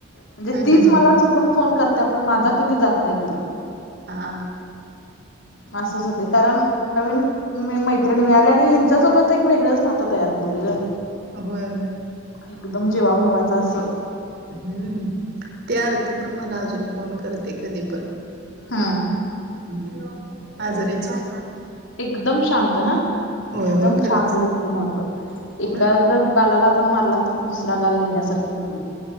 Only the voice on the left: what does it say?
म्हणजे
तीच
मला चुकून फोन करते पण माझा कधी जात नाही तिला.
असच होते कारण नवीन मी मैत्रिणी मिळाली नाही ह्यांच्यासोबत एक वेगळंच नातं तयार झालेलं ग.
एकदम जिवाभावाचं असंल.
हा.
एकदम शांत हा.
एकदम
शांत व्यक्तिमत्त्व, एखाद्या
गालाला आपण मारला तर दुसरा गाल देण्यासारखी मुलगी.